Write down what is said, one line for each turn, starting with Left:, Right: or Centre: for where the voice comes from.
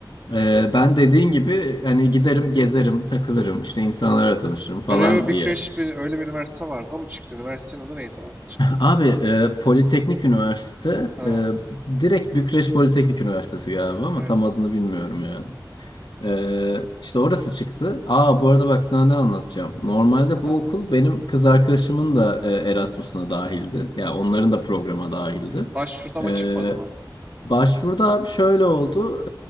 Left: e, ben dediğin gibi hani giderim, gezerim, takılırım, işte insanlarla tanışırım falan
Right: Breo Big
Left: diye
Right: Crash bir, öyle bir üniversite vardı. O mu çıktı? Üniversitenin adı neydi abi çıkan?
Left: Abi e, Politeknik Üniversite
Right: Ha,
Left: e, direkt Bükreş Politeknik Üniversitesi galiba ama
Right: evet.
Left: tam adını bilmiyorum yani. E, işte orası çıktı. Aa bu arada bak sana ne anlatacağım. Normalde
Right: Anlat.
Left: bu okul benim kız arkadaşımın da e, Erasmus'una dahildi. Yani onların da programa dahildi.
Right: Baş şurada ama
Left: E,
Right: çıkmadı mı?
Left: Başvuruda abi şöyle oldu.